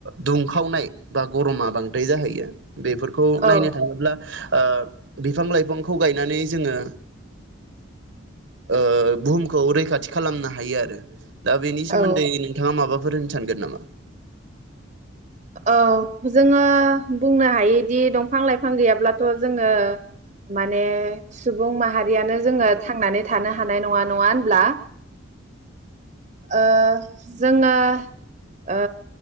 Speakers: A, on the right (about 65°); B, on the right (about 35°).
A: दुंखावनाय बा गरमा बांद्राय जाहैयो बेफोरखौ
B: औ
A: नायनो थाङोब्ला ओ बिफां-लाइफांखौ गायनानै जोङो ओ बुहुमखौै रै रैखाथि खालामनो हायो आरो दा बेनि सोमोन्दै
B: औ
A: नोंथाङा माबाफोर होन सानगोन नामा?
B: औ जोङो बुंनो हायोदि दंफां लाइ फां गैयाब्लाथ' जोङो माने सुबुं माहारियानो जोङो थांनानै थानो हानाय नङा नङा होनब्ला ओ जोङो ओ